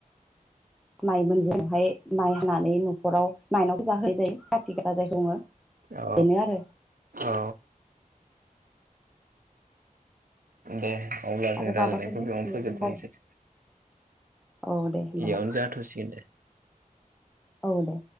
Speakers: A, in the centre; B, on the right.
A: माइ मोनजावहाय माइ हानानै न'खराव माइनावखौ जाहोनाय जायो कारतिक जायखौ बुङो <unintelligible>
B: औ
A: बेनो आरो
B: औ अ दे अब्ला
A: आरो
B: जों रायजलायनायखौ
A: माबाफोर मिथिनो
B: बेयावनो फोजोबथ'नसै।
A: दंबावो औ दे होमबालाय
B: इयावनो जाथ'सिगोन दे।
A: औ दे